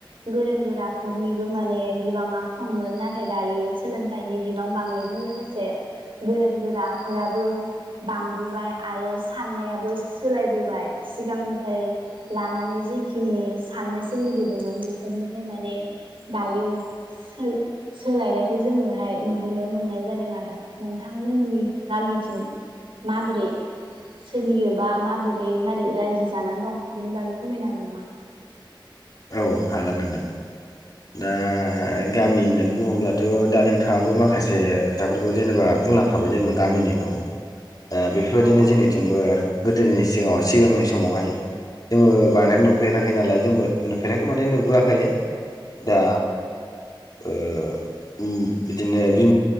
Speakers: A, on the right (about 80°); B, on the left (about 50°).
A: गोरों गोराफोरनिबो माने बिबाङा खममोन नाथाय दायो सोलोंथाइनि बिबां बांनायजों लोगोसे गोरों गोराफोराबो बांबोबाय आरो साननायाबो सोलायबोबाय सिगांनिफ्राय लानानै जेखिनि साननो सोलिबोदोंमोन बेफोरनिफ्राय माने दायो सो सोलायनायखौ जोङोहाय नुबोनो मोननाय जादों आरो नोंथांमोननि गामिथिं माबोरै सोलियोबा माबोरै मा रै रायजो जाना दं बेनि बागै फोरमायनो हागोन नामा?
B: औ हागोन नोंदां दा गामि होननानै बुङोब्लाथ' दा नोंथाङाबो माखासे खोथाफोरखौ जेनेबा बुंलांखाबाय जेनेबा गामिनिखौ दा बेफोरबायदिनो
A: औ
B: जोंनिथिंबो गोदोनि सिगाङाव सिगांनि समावहाय जोंबो बानाय नुफेराखै नालाय जोंबो नुफेराखै माने नुबोआखै दा ओ ओम बिदिनो बि